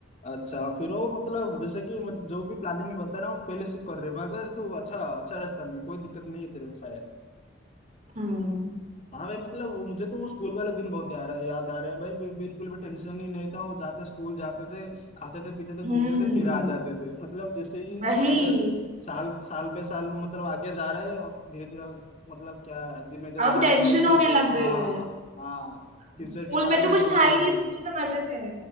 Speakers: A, on the left (about 35°); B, on the right (about 40°).
A: अच्छा फिर वो मतलब जैसे कि मत, जो भी प्लानिंग में बता रहा हूँ पहले से कर रहे मगर तू अच्छा अच्छा रास्ता में कोई दिक्कत नहीं है तेरे को शायद
B: हम्म
A: हाँ भाई मतलब वो मुझे तो वो स्कूल वाला दिन बहुत याद याद आ रहे हैं भाई बिल- बिल्कुल भी टेंशन ही नहीं था वो जाते स्कूल जाते थे खाते थे पीते थे घूमते
B: हम्म
A: थे फिर आ जाते थे <laughs> मतलब जैसे ही
B: वही
A: कैरियर साल साल बे साल मतलब आगे जा रहे हैं धीरे धीरे मतलब क्या जिम्मेदारी
B: अब
A: आ
B: टेंशन
A: रही है फ्यूचर
B: होने लग गई
A: हाँ
B: है
A: हाँ
B: स्कूल
A: फ्यूचर के बारे
B: में
A: में
B: तो कुछ
A: सोचने
B: था ही
A: लगे
B: नहीं
A: हैं।
B: स्कूल में तो मजे थे